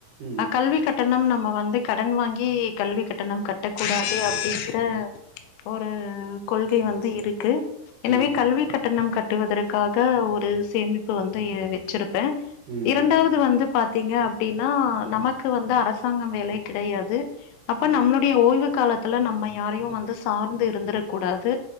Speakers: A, on the right; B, on the left.
A: ம்
B: அ கல்வி கட்டணம் நம்ம வந்து கடன் வாங்கி கல்வி கட்டணம் கட்ட கூடாது அப்டிங்ற ஒரு கொள்கை வந்து இருக்கு எனவே
A: ம்
B: கல்வி கட்டணம் கட் கட்டுவதற்காக ஒரு சேமிப்பு வந்து வச்சிருப்பே
A: ம்
B: இரண்டாவது
A: ஓகே
B: வந்து பாத்தீங்க அப்டின்னா நமக்கு
A: ம்
B: வந்து அர அரசாங்கம் வேலை கிடையாது அப்ப
A: ம்
B: நம்மளுடைய ஓய்வு காலத்துல நம்ம யாரையு வந்து சார்ந்து இருந்துரக்கூடாது